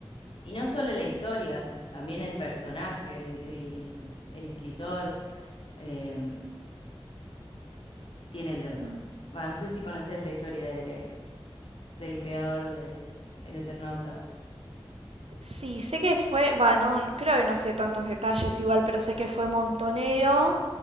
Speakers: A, on the left; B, on the right.
A: y no solo la historia, también el personaje, y el, el escritor, em, tiene lo...
B: mm.
A: Bueno, no sé si conoces la historia de, del creador de El Eternauta.
B: Sí, sé que fue, va, no, creo que no sé tantos detalles igual, pero sé que fue montonero